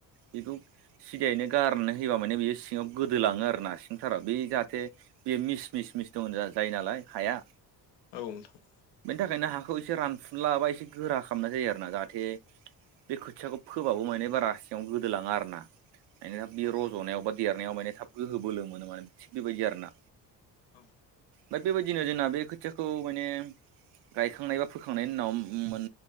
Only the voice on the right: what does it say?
बेखौ सिदायैनो गारनानै होयोबा माने बेयो सिङाव गोदोलाङो आरोना सिंथारा बे जाहाथे बे मिस मिस मिस दं जायो नालाय हाया।
बेनि थाखायनो हाखौ एसे रानफुनला एबा एसे गोरा खालामनाय जायो आरोना जाहाथे बे खोथियाखौ फोबाबो माने बारा सिङाव गोदोलाङा आरोना। माने बे
रज'नायाव बा देरनायाव माने थाब गोहो बोलो मोनो माने थिग बेबायदि आरोना।
दा बेबायदिनो जोंना बे खोथियाखौ माने गायखांनाय बा फोखांनायनि उनाव। मोन